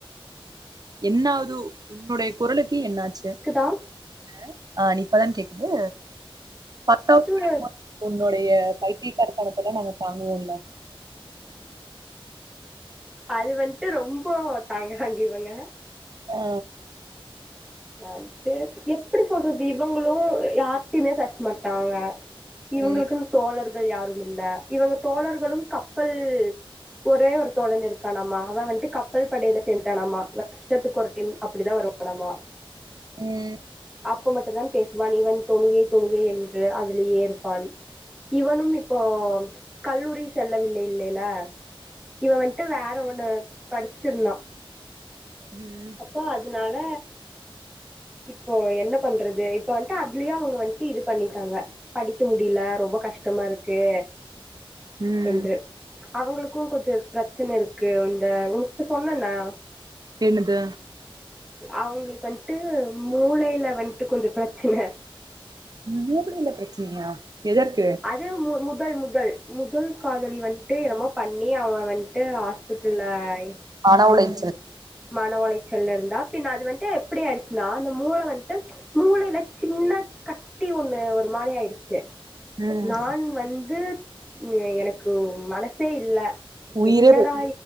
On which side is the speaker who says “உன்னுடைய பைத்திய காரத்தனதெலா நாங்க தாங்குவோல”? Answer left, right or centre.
Right